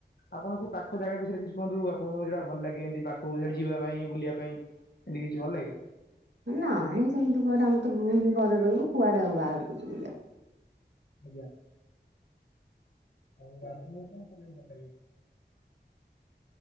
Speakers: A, on the left; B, on the right.
A: ଆପଣ ସେ ପାଖ ଜାଗା ବିଷୟରେ କିଛି କୁହନ୍ତୁ ଆପଣଙ୍କୁ ଯୋଉଟା ଭଲ ଲାଗେ ଏମତି ପାଖକୁ ସେଠି ଯିବା ପାଇଁ ବୁଲିବା ପାଇଁ? ଏମିତି କିଛି ଭଲ ଲାଗେ?
B: ନାଇଁ ସେମିତି କୁଆଡେ ଆମର ତ ଗୃହିଣୀ ଘରେ ରହିବୁ କୁଆଡେ ଆଉ ବାହାରକୁ ଯିବୁ?
A: ଆଜ୍ଞା। ଆଉ ଆପଣଙ୍କୁ କଣ କରିବାକୁ ଭଲ ଲାଗିବ?